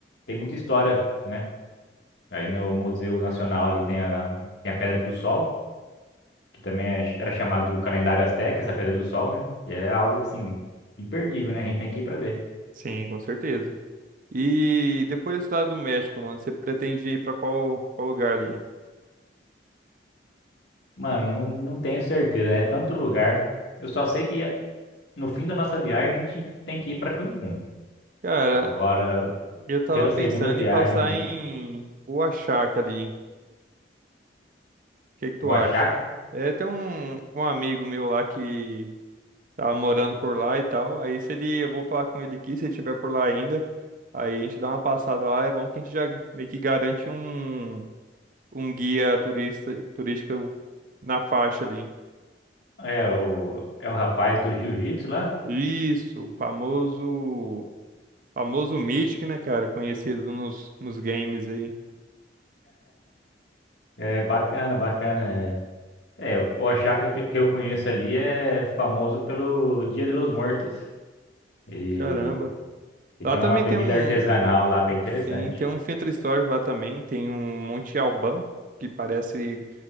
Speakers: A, on the left (about 70°); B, on the right (about 50°).
A: tem muita história, né? Aí no Museu Nacional ali tem a, tem a Pedra do Sol, que também é- era chamado Calendário Azteca, essa Pedra do Sol, né? Que é algo, assim, imperdível, né? A gente tem que ir pra ver.
B: sim, com certeza. E depois da cidade do México, mano, você pretende ir pra qual, qual lugar ali?
A: Mano, não, não tenho certeza. É tanto lugar. Eu só sei que no fim da nossa viagem a gente tem que ir para Cancún.
B: Cara,
A: Agora,
B: eu tava
A: pela
B: pensando
A: segunda viagem
B: em passar
A: ali,
B: em Oaxaca ali. O que que tu
A: o Achaka
B: acha? É, tem um, um amigo meu lá que tava morando por lá e tal. Aí se ele, eu vou falar com ele aqui, se ele estiver por lá ainda. Aí a gente dá uma passada lá. É bom que a gente já meio que garante um, um guia turista, turístico na faixa ali.
A: é o, é o rapaz do jiu-jitsu lá.
B: Isso, o famoso, famoso Mythic, né, cara? Conhecido nos, nos games aí.
A: É bacana, bacana. É, é o Achaka pe- que eu conheço ali é famoso pelo Dia de los Muertos. E,
B: Caramba.
A: e
B: Lá
A: tem
B: também
A: uma bebida
B: tem um,
A: artesanal lá bem interessante.
B: Sim, tem um centro histórico lá também, tem um Monte Alban, que parece.